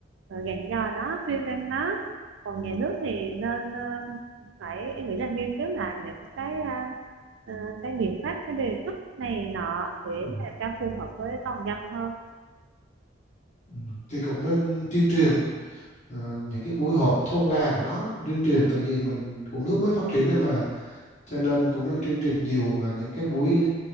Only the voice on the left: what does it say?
ừ.
Ừ. thì cũng nên tuyên truyền ờ, những cái buổi họp thôn làng rồi đó tuyên truyền tại vì mình cũng nước mới phát triển đây mà cho nên cũng nên tuyên truyền nhiều à, những cái buổi